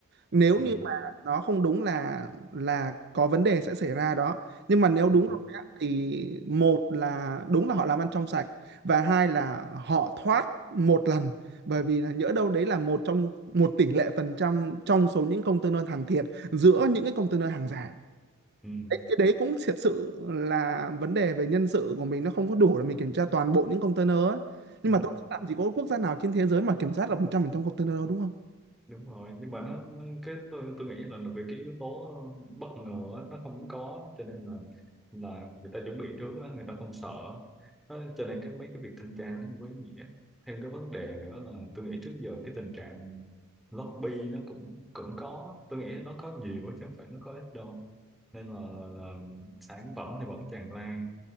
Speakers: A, on the right; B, in the centre.
A: Nếu
B: Ừ.
A: như mà nó không đúng là là có vấn đề sẽ xảy ra đó. Nhưng mà nếu
B: Ừ.
A: đúng rồi á, thì một là đúng là họ làm ăn trong sạch và hai là họ thoát một lần bởi vì là nhỡ đâu đấy là một trong một tỷ lệ phần trăm trong số những container hàng thiệt giữa những cái container hàng giả
B: Ừ.
A: đấy, cái đấy cũng thiệt sự là vấn đề về nhân sự của mình nó không có đủ để mình kiểm tra toàn bộ những container ấy. nhưng
B: Ừ.
A: mà tôi nghĩ làm gì có quốc gia nào trên thế giới mà kiểm soát được 100% container đâu đúng không
B: đúng rồi nhưng mà nó nó- cái tôi tôi nghĩ là, là vì cái yếu tố bất ngờ á, nó không có cho nên là là người ta chuẩn bị trước á, người ta không sợ nó, cho nên cái mấy cái việc thanh tra nó không có ý nghĩa thêm cái vấn đề nữa là tôi nghĩ trước giờ cái tình trạng lobby nó cũng cũng có tôi nghĩ nó có nhiều á, chứ không phải nó có ít đâu nên là là, là sản phẩm thì vẫn tràn lan